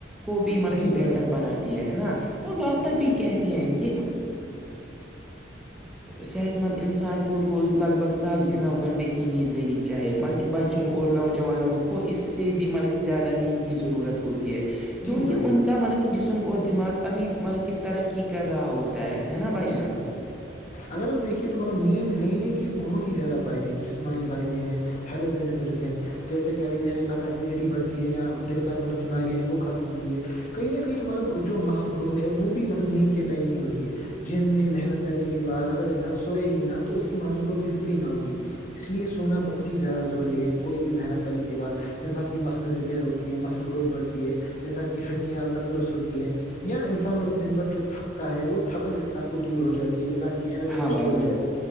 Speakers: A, in the centre; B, on the left.
A: کو بھی مطلب
B: جی
A: کہ بہتر
B: بھائی جان
A: بناتی ہے نا تو ڈاکٹر
B: جی
A: بھی
B: بھائی جان
A: کہتے ہیں کہ صیت ان تھان کكور گوز لگ بگ سات
B: جی
A: س
B: بالکل
A: نو گنٹے کی نیدد لینی چاہے مطانب کہہ بچوں
B: جی
A: اور نوجوانوں کو اس سے بھی مطلب کہ زیادہ نیند کی ضرورت ہوتی ہے کیونکہ
B: جی بھائی جان
A: ان کا مطلب کہ جسم اور دماغ ابھی مطلب کہ ترقی کر رہا ہوتا ہے نا بھائی
B: جی
A: جان
B: اگر ہم دیکھیے تو مطلب نیند لینے کے بہت ہی زیادہ فائدے ہیں جسمانی فائدے ہیں ہیلو دینفھر سے جیسے کہ ابھی میں نے کہا تھا امیونٹی بڑھتی ہے یا دل کا مطلب بیماریاں ہیں وہ ختم ہوتی ہے کہئی نہ کہیں مطلب جو مسل گروتھ ہے وہ بھی مطلب نیند کے ٹائم ہی ہوتی ہے جم میں محنت کرنے کے بعد اگر انسان سوئے ہی نہ تو اس کی مصل گروتھ بالکل ہی نہ ہوگی اس لیے سونا بہت ہی زیادہ ضروری ہے کوئی بھی محنت کرنے کے بعد انسان کی مسلز ریپیئر ہوتی ہے مل گروتھ بڑھتی ہے انسان کی ہڈیاں اور تندرست ہوتی ہے یا انسان مطلب دن بھر جو تھکتا ہے وہ تھکن انسان انان کو دور ہو جاتی ہے انسان کی انرجی
A: ہاں
B: رسٹور
A: بھائی
B: ہو
A: جان
B: جی ہے